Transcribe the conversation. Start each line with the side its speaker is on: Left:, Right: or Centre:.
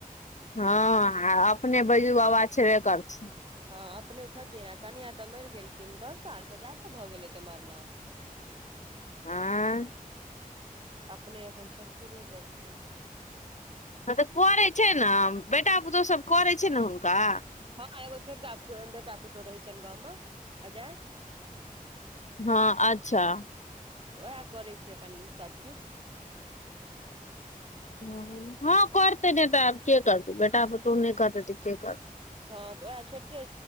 Left: हँ आ अपने बैजू बाबा छेबे करथिन
Right: हँ अपने छथिन आ कनिया तऽ मैर गेलखिन दस साल से जादे भऽ गेल हेते मरना
Left: आँ
Right: अपने एखन छतिबे करथिन
Left: हँ तऽ करै छै नय बेटा पुतौह सब करै छै नय हुनका
Right: हँ एगो छोटका बेटा पुतहू रहै छैन गाँव मऽ अजय
Left: हँ अच्छऽ
Right: तऽ ओहै करै छै अपन सभकिछ
Left: हँ हँ करतै नय तऽ आब केँ करतै बेटा पुतौह नय करतै तऽ केँ करतै
Right: हँ तऽ ओहै छोटकेँ